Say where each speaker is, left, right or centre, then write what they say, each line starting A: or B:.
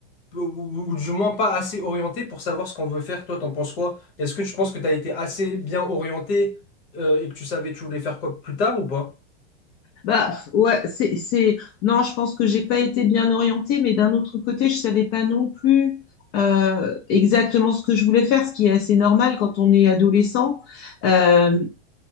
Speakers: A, on the left (about 65°); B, on the left (about 45°).
A: ou, ou- ou du moins pas assez orienté pour savoir ce qu'on veut faire. Toi, t'en penses quoi? Est-ce que tu penses que t'as été assez bien orienté euh, et que tu savais que tu voulais faire quoi plus tard ou pas?
B: Bah ouais, c'est, c'est... Non, je pense que j'ai pas été bien orientée, mais d'un autre côté, je savais pas non plus euh, exactement ce que je voulais faire, ce qui est assez normal quand on est adolescent. Euh,